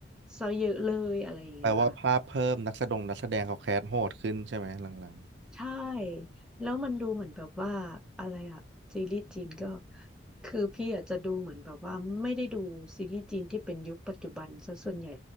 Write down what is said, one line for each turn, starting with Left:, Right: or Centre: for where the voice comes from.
Centre: ซะเยอะเลยอะไรอย่างเงี้ยค่ะ
Right: แปลว่าภาพเพิ่มนักแสดงนักแสดงเขาแคสโหดขึ้นใช่ไหมหลัง
Centre: ใช่แล้วมันดูเหมือนแบบว่าอะไรอะซีรีส์จีนก็คือพี่อาจจะดูเหมือนแบบว่าไม่ได้ดูซีรีส์จีนที่เป็นยุคปัจจุบันซะส่วนใหญ่